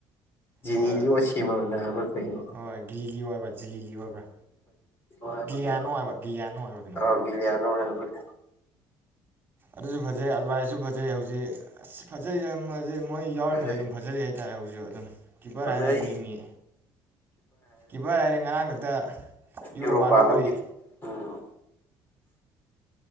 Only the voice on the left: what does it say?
ꯖꯤꯅꯤꯂꯤ
ꯁꯦꯝꯃꯕ ꯍꯥꯏꯕ꯭ꯔꯥ ꯀꯩꯅꯣꯏ
ꯍꯥꯏꯕ꯭ꯔꯥ
ꯀꯩꯅꯣ
ꯑꯥ ꯒꯤꯂꯌꯥꯅꯣ ꯍꯥꯏꯕ꯭ꯔꯥꯩꯅꯣ
ꯐꯖꯩ
ꯐꯖꯩ
ꯌꯨꯔꯣꯄꯥ ꯂꯧꯈꯤꯗꯦ ꯎꯝ